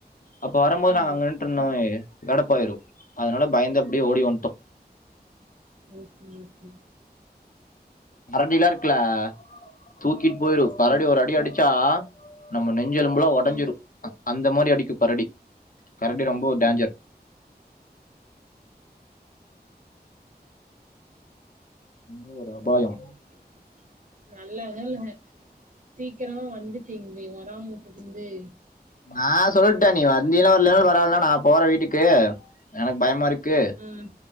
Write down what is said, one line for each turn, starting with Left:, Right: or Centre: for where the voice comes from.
Left: அப்ப வரம்போது
Right: ஆ.
Left: நாங்க அங்க நின்ட்ருந்தோன்னு வையே கடப்போயிடும் அதனால பயந்து அப்படியே ஓடி வந்துட்டோம்
Right: ஓகே ஓகே
Left: கரடில்லாம் இருக்குல தூக்கிட்டு போயிரும் கரடி
Right: ம்
Left: ஒரு அடி அடிச்சா நம்ம நெஞ்செலும்புலா ஒடஞ்சிரும்
Right: ம்
Left: அந்த மாதிரி அடிக்கும் கரடி கரடி ரொம்போ டேஞ்சர் என்ன ஒரு அபாயோ
Right: ஓகே ஓகே நல்ல வேலங்க தீக்கரமா வந்துட்டீங்ளே வராம உட்டுருந்தே
Left: நா சொல்ட்ட நீ வந்திய்லா உ லெவல் வரால்னா நா போற வீட்டுக்கு எனக் பயமா இருக் க்கு
Right: ம்